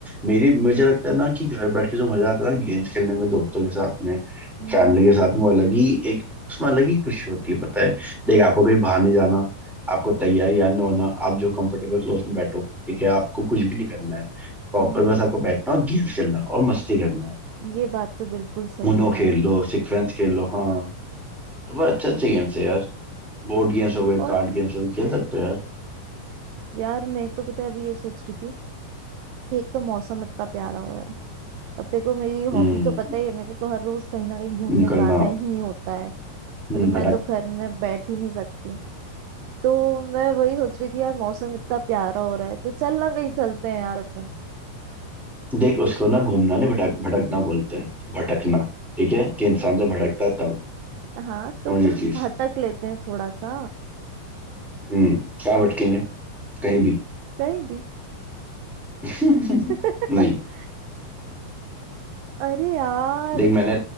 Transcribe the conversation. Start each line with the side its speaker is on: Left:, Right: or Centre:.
Centre: मेरी मुझे लगता है ना कि घर बैठ के जो मजा आता है ना गेम्स खेलने में दोस्तों के साथ में
Right: हम्म
Centre: फैमिली के साथ में वो अलग ही एक उसमें अलग ही खुशी होती है पता है देख आपको कहीं बाहर नहीं जाना आपको तैयार या ना होना आप जो कंफर्टेबल क्लोज में बैठो ठीक है आपको कुछ भी नहीं करना है प्रॉपर
Right: हम्म
Centre: बस आपको बैठना और गेम्स खेलना और मस्ती करना है
Right: ये बात तो बिल्कुल सही
Centre: उनो
Right: है यार
Centre: खेल लो सिक्वेंस खेल लो हाँ तो बड़ा अच्छे अच्छे गेम्स है यार बोर्ड गेम्स हो गए
Right: और
Centre: कार्ड गेम्स हो गए खेल सकते हो यार
Right: यार मैं तो पता है अभी ये सोच रही थी कि एक तो मौसम इतना प्यारा हो रहा है अब देखो मेरी
Centre: हम्म
Right: हॉबी तो पता ही है मेरे को तो हर रोज कहीं ना कहीं घूमने
Centre: निकलना
Right: जाना ही होता है
Centre: हम्म,
Right: तो मैं
Centre: भटक
Right: तो घर में बैठ ही नहीं सकती हूँ तो मैं वही सोच रही थी यार मौसम इतना प्यारा हो रहा है तो चल ना कहीं चलते हैं यार अपन
Centre: देख उसको ना घूमना नहीं भटक भटकना बोलते हैं भटकना ठीक है कि इंसान
Right: <laughs>
Centre: से भटकता है तब
Right: हाँ तो
Centre: और
Right: चल
Centre: ये चीज
Right: भटक लेते हैं थोड़ा सा
Centre: हम्म क्या भटकेंगे कहीं भी
Right: कहीं भी
Centre: <laughs>
Right: <laughs>
Centre: नहीं
Right: अरे यार
Centre: देख मैंने